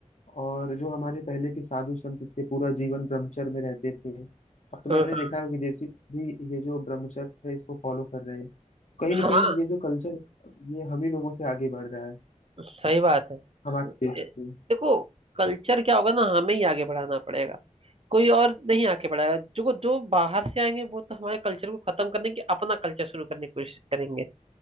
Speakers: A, on the left; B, on the right.
A: और जो हमारे पहले के साधु संत थे पूरा जीवन ब्रह्मचर्य में रहते थे अब तो मैंने
B: हाँ हाँ
A: देखा है विदेशी भी ये जो ब्रह्मचर्य है इसको फॉलो कर रहे हैं तो कहीं ना
B: हाँ,
A: कहीं
B: हाँ,
A: ये जो कल्चर ये हम ही लोगों से आगे बढ़ रहा है
B: सही बात है
A: हमारे देश
B: ए-
A: से
B: देखो कल्चर क्या होगा ना हमें ही आगे बढ़ाना पड़ेगा कोई और नहीं आके बढ़ाएगा जो जो बाहर से आएंगे वो तो हमारे कल्चर को खत्म करने की अपना कल्चर शुरू करने की कोशिश करेंगे